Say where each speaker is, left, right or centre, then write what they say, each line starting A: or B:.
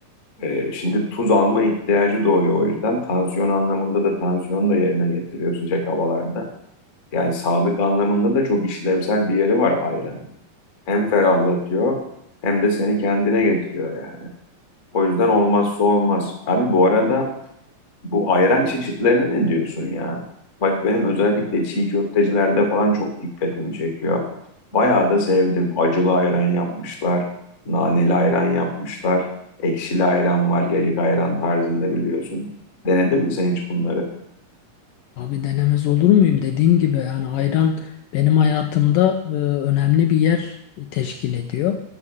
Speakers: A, on the left; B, on the left.
A: Ee, şimdi tuz alma ihtiyacı doğuyor o yüzden. Tansiyon anlamında da tansiyonu da yerine getiriyor sıcak havalarda. Yani sağlık anlamında da çok işlevsel bir yeri var ayranın. Hem ferahlatıyor hem de seni kendine getiriyor yani. O yüzden olmazsa olmaz. Abi bu arada bu ayran çeşitlerine ne diyorsun ya? Bak benim özellikle çiğ köftecilerde falan çok dikkatimi çekiyor. Bayağı da sevdim. Acılı ayran yapmışlar, naneli ayran yapmışlar, ekşili ayran var, yayık ayran tarzında biliyorsun. Denedin mi sen hiç bunları?
B: Abi denemez olur muyum? Dediğim gibi yani ayran benim hayatımda e, önemli bir yer teşkil ediyor